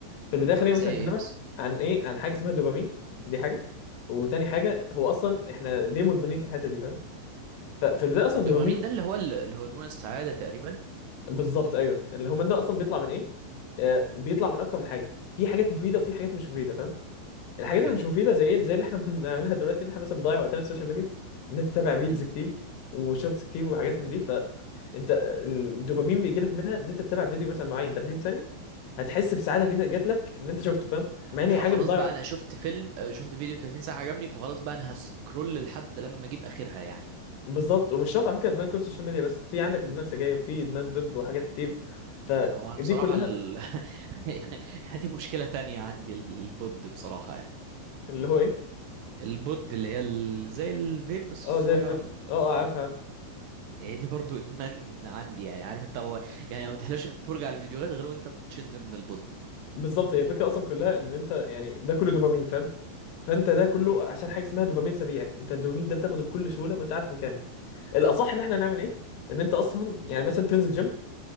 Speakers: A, on the left; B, on the right.
A: في البدايه خليني
B: زي
A: مثلا
B: ايه
A: اكلمك
B: مثلا
A: عن ايه عن حاجه اسمها الدوبامين دي حاجه وتاني حاجه هو اصلا احنا ليه مدمنين في الحته دي فاهم ففي البدايه اصلا
B: الدوبامين
A: الدوبامين
B: ده اللي هو ال- الهرمون السعادة تقريبا
A: بالظبط ايوه الهرمون ده اصلا بيطلع من ايه آه بيطلع من اكتر من حاجه في حاجات مفيده وفي حاجات مش مفيده فاهم الحاجات
B: حلو
A: اللي مش مفيده زي ايه زي اللي احنا بنعملها دلوقتي ان احنا مثلا بنضيع وقتنا في السوشيال ميديا ان انت تتابع ريلز
B: مم.
A: كتير وشورتس كتير وحاجات من دي فانت الدوبامين بيجي لك منها ان انت تتابع فيديو مثلا معين 30 ثانيه هتحس بسعاده كده جات لك ان انت شفته فاهم مع ان
B: فخلاص
A: هي حاجه بتضيع
B: بقى
A: وقت
B: انا شفت فيلم آه، شفت فيديو 30 ساعة عجبني فخلاص بقى انا هسكرول لحد لما اجيب اخرها يعني
A: بالظبط ومش شرط على فكره ادمان يكون سوشيال ميديا بس في عندك ادمان سجاير في ادمان فيب وحاجات كتير فدي
B: هو انا بصراحة
A: كلها
B: ال... <laughs> يعني دي مشكلة تانية عندي البود بصراحة يعني
A: اللي هو ايه
B: البود اللي هي ال... زي الفيب بس
A: اه
B: الصغيرة
A: زي الفيب اه اه عارف عارف
B: هي دي برضو ادمان عندي يعني عارف انت هو يعني ما تحلاش الفرجة على الفيديوهات غير وانت بتشد من البود
A: بالظبط هي الفكره اصلا كلها ان انت يعني ده كله دوبامين فاهم فانت ده كله عشان حاجه اسمها دوبامين سريع انت الدوبامين ده بتاخده بكل سهوله وانت قاعد في مكانك الاصح ان احنا نعمل ايه ان انت اصلا
B: امم
A: يعني مثلا تنزل جيم